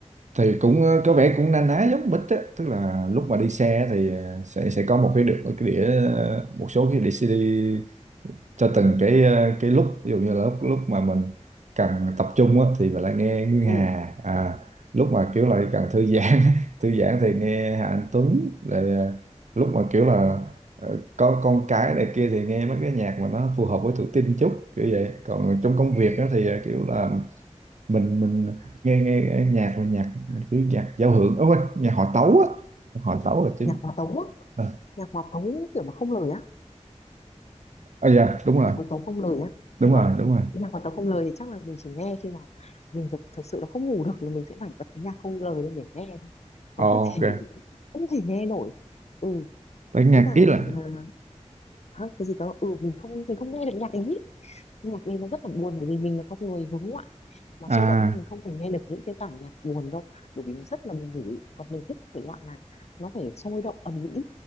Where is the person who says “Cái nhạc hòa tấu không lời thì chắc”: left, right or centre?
Left